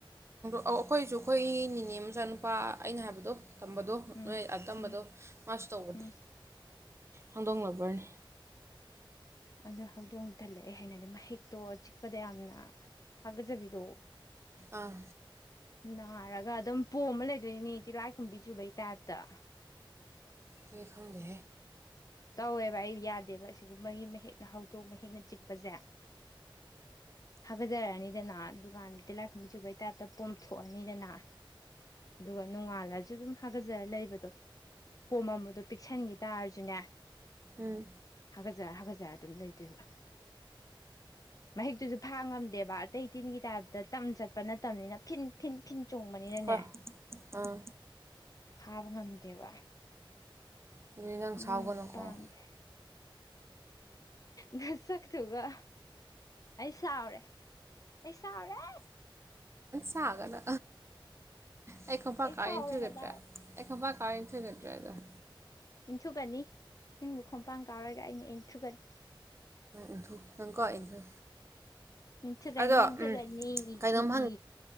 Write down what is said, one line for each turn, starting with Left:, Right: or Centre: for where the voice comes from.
Right: ꯑꯧ ꯑꯩꯈꯣꯏꯁꯨ ꯑꯩꯈꯣꯏ ꯅꯤꯅꯦ ꯃꯆꯥꯅꯨꯄꯥ ꯑꯩꯅ ꯍꯥꯏꯕꯗꯣ ꯇꯝꯕꯗꯣ
Left: ꯎꯝ
Right: ꯅꯣꯏ ꯇꯝꯕꯗꯣ
Left: ꯎꯝ
Right: ꯃꯥꯁꯨ ꯇꯧꯕꯅꯤ
Left: ꯎꯝ
Right: ꯍꯧꯗꯣꯡ ꯂꯕꯔꯅꯤ
Left: ꯑꯗꯨ ꯍꯧꯗꯣꯡ ꯇꯜꯂꯦ ꯑꯩ ꯍꯥꯏꯩꯅꯗꯤ ꯃꯍꯤꯛꯇꯣ ꯆꯤꯛꯄꯗ ꯌꯥꯝꯅ ꯍꯥꯀꯠꯆꯕꯤꯗꯣ
Right: ꯑꯥ
Left: ꯅꯥꯔꯒ ꯑꯗꯨꯝ ꯄꯣꯝꯃ ꯂꯩꯗꯣꯏꯅꯤꯅꯤ ꯇꯤꯜꯂꯥꯏꯈꯨꯝꯕꯤ ꯆꯨꯕꯩ ꯇꯥꯏꯞꯇ
Right: ꯑꯗꯨ ꯈꯗꯦ
Left: ꯇꯧꯋꯦꯕ ꯑꯩ ꯌꯥꯗꯦꯕ ꯑꯁꯤꯒꯨꯝꯕꯒꯤ ꯃꯍ ꯍꯦꯛꯅ ꯍꯧꯗꯣꯛꯅ ꯍꯦꯛꯅ ꯆꯤꯛꯄꯁꯦ ꯍꯥꯒꯠꯆꯔꯛꯑꯅꯤꯗꯅ ꯗꯨꯀꯥꯟꯗ ꯇꯤꯂꯥꯏ ꯈꯨꯝꯝꯕꯤ ꯆꯨꯕꯩ ꯇꯥꯏꯞꯇ ꯄꯣꯝꯊꯣꯛꯑꯅꯤꯗꯅ ꯑꯗꯨꯒ ꯅꯣꯉꯥꯜ ꯂꯁꯨ ꯁꯨ ꯑꯗꯨꯝ ꯍꯥꯒꯠꯆꯔꯦ ꯂꯩꯕꯗꯣ ꯄꯣꯝ ꯑꯃꯗꯣ ꯄꯤꯛꯁꯟꯈꯤ ꯇꯁꯨꯅꯦ
Right: ꯎꯝ
Left: ꯍꯒꯥꯖꯔ ꯍꯒꯖꯔ ꯑꯗꯨꯝ ꯂꯩꯗꯣꯏꯕ ꯃꯍꯤꯛꯇꯨꯁꯨ ꯐꯥꯡꯉꯝꯗꯦꯕ ꯑꯇꯩ ꯇꯤꯟꯒꯤ ꯇꯥꯏꯞꯇ ꯇꯝ ꯆꯠꯄ ꯅꯠꯇꯕꯅꯤꯅ ꯐꯤꯟꯤꯟꯤꯟ ꯆꯣꯡꯕꯅꯤꯅꯅꯦ
Right: ꯍꯣꯏ ꯑꯥ
Left: ꯐꯥꯕ ꯉꯝꯗꯦꯕ
Right: ꯑꯗꯨꯗꯤ ꯅꯪ
Left: ꯎꯝ
Right: ꯁꯥꯎꯒꯅꯨꯀꯣ
Left: ꯄꯥꯝꯗꯦ ꯅꯁꯛꯇꯨꯒ ꯑꯩ ꯁꯥꯎꯔꯦ ꯑꯩ ꯁꯥꯎꯔꯦ
Right: ꯁꯥꯎꯒꯅꯨ ꯑꯩ ꯈꯣꯄꯥ ꯀꯥꯏꯟ
Left: ꯁꯥꯎꯔꯦ
Right: ꯆꯨꯒꯗ꯭ꯔꯦ
Left: ꯍꯥꯏꯕ
Right: ꯑꯩꯈꯣꯄꯥ ꯀꯥꯏ <unintelligible>
Left: ꯏꯟꯊꯨꯒꯅꯤ ꯅꯪꯕꯨ ꯈꯣꯡꯄꯥꯡ ꯀꯥꯎꯔꯒ ꯑꯩꯅ ꯏꯟꯊꯨꯒꯅꯤ
Right: ꯏꯟꯊꯨ ꯅꯪꯀꯣ ꯏꯟꯊꯨ
Left: ꯏꯟꯊꯨꯀꯅꯤ
Right: ꯑꯗꯣ
Left: ꯏꯟꯊꯀꯅꯤ
Right: ꯎꯝ
Left: ꯏ
Right: ꯀꯩꯅꯣꯝ
Left: ꯏ ꯏ